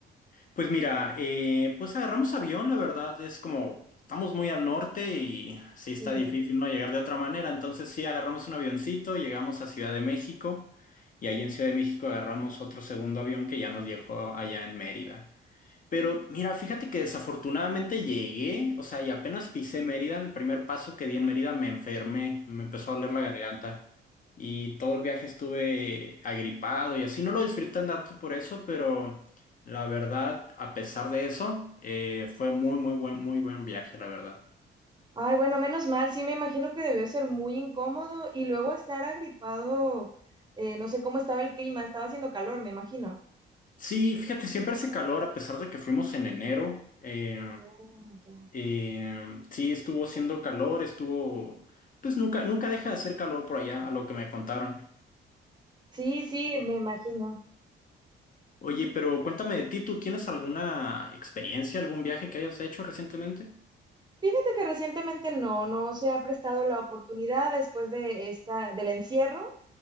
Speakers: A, on the left; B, on the right.
A: Pues mira, eh, pues agarramos avión, la verdad, es como estamos muy al norte y sí está
B: Sí.
A: difícil no llegar de otra manera, entonces sí agarramos un avioncito, llegamos a Ciudad de México y ahí en Ciudad de México agarramos otro segundo avión que ya nos dejó allá en Mérida. Pero mira, fíjate que desafortunadamente llegué, o sea, y apenas pisé Mérida, el primer paso que di en Mérida me enfermé, me empezó a doler la garganta y todo el viaje estuve agripado y así, no lo disfruté tanto por eso, pero la verdad, a pesar de eso, eh, fue muy, muy buen, muy buen viaje, la verdad.
B: Ay, bueno, menos mal, sí me imagino que debió ser muy incómodo y luego estar agripado, eh, no sé cómo estaba el clima, estaba haciendo calor, me imagino.
A: Sí, fíjate, siempre hace calor a pesar de que fuimos en enero. eh,
B: Ah, ya.
A: eh, sí, estuvo haciendo calor, estuvo, pues nunca, nunca deja de hacer calor por allá, a lo que me contaron.
B: Sí, sí, me imagino.
A: Oye, pero cuéntame de ti, ¿tú tienes alguna experiencia, algún viaje que hayas hecho recientemente?
B: Fíjate que recientemente no, no se ha prestado la oportunidad después de esta, del encierro.